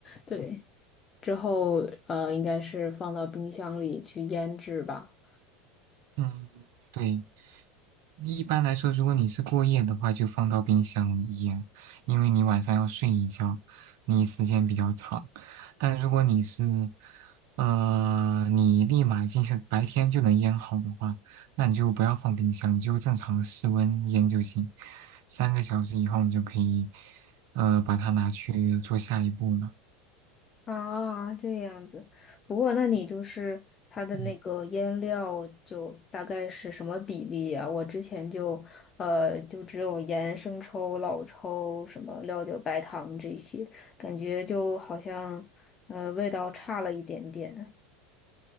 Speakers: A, on the left; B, on the right.
A: 对，之后呃，应该是放到冰箱里去腌制吧。
B: 嗯，对，一般来说，如果你是过夜的话，就放到冰箱里腌，因为你晚上要睡一觉，你时间比较长。但如果你是，呃，你立马进行白天就能腌好的话，那你就不要放冰箱，你就正常室温腌就行。三个小时以后，你就可以，呃，把它拿去做下一步了。
A: 啊，这样子。不过，那你就是它的那个腌料，
B: 嗯。
A: 就大概是什么比例呀？我之前就呃，就只有盐、生抽、老抽、什么料酒、白糖这些，感觉就好像呃味道差了一点点。